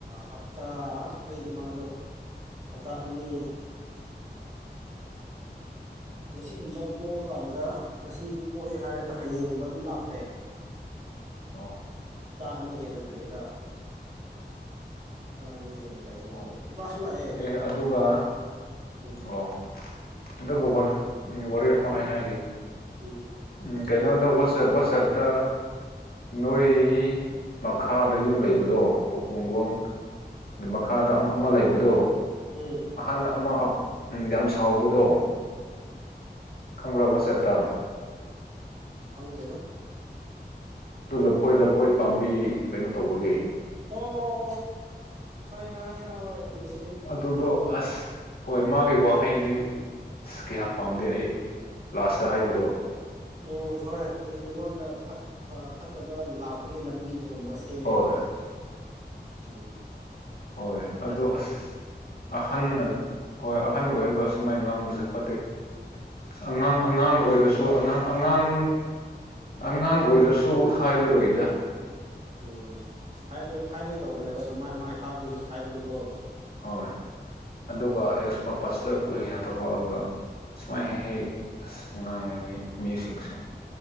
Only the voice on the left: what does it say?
ꯑ <inaudible>
ꯑꯣ
ꯑꯦ ꯑꯗꯨꯒ
ꯑꯣ ꯑꯗꯨꯒ ꯋꯥꯔꯤ ꯑꯃ ꯑꯩ ꯍꯥꯏꯒꯦ
ꯎꯝ ꯀꯩꯅꯣꯗ ꯋꯥꯁ ꯋꯥꯁꯑꯞꯇ ꯅꯣꯏ ꯃꯈꯥꯗ ꯌꯨꯝ ꯂꯩꯕꯗꯣ ꯄꯨꯈꯣꯡꯒꯣꯡ ꯃꯈꯥꯗ ꯑꯃ ꯑꯃ ꯂꯩꯕꯗꯣ
ꯑꯍꯟ ꯑꯃ ꯎꯝ ꯌꯥꯝ ꯁꯥꯎꯕꯗꯣ ꯈꯪꯕ꯭ꯔꯥ ꯋꯥꯆꯦꯞꯇ
ꯑꯗꯨ ꯂꯐꯣꯏ ꯂꯐꯣꯏ ꯄꯥꯝꯕꯤ ꯀꯩꯅꯣ ꯇꯧꯕꯒꯤꯦ
ꯑꯗꯨꯗꯣ ꯑꯁ ꯍꯣꯏ ꯃꯥꯒꯤ ꯋꯥꯍꯩꯗꯤ ꯑ ꯀꯌꯥ ꯄꯥꯝꯗꯦ ꯑꯩ ꯂꯥꯁꯇ ꯍꯥꯏꯕꯗꯣ
ꯍꯣꯏ
ꯍꯣꯏ
ꯑꯗꯣ ꯑꯁ
ꯑꯍꯟꯅ ꯍꯣꯏ ꯑꯍꯟ ꯑꯣꯏꯔꯒ ꯑꯁꯨꯃꯥꯏꯅ ꯉꯥꯡꯕꯁꯦ ꯐꯠꯇꯦ ꯑ ꯑꯉꯥꯡ
ꯑꯉꯥꯡ ꯑꯣꯏꯔꯁꯨ ꯑꯉꯥꯡ ꯑꯉꯥꯡ ꯑꯉꯥꯡ ꯑꯣꯏꯔꯁꯨ ꯍꯥꯏꯂꯔꯣꯏꯗ
ꯍꯣꯏ ꯑꯗꯨꯒ ꯑꯦꯛꯁ ꯄꯄꯁꯇ ꯀꯨꯏꯅ ꯇꯧꯔꯛꯑꯒ ꯁꯨꯃꯥꯏ ꯍꯦꯛ ꯍꯦꯛ ꯑꯁ ꯉꯥꯡꯉꯦ ꯃꯤꯁꯤꯡꯁꯦ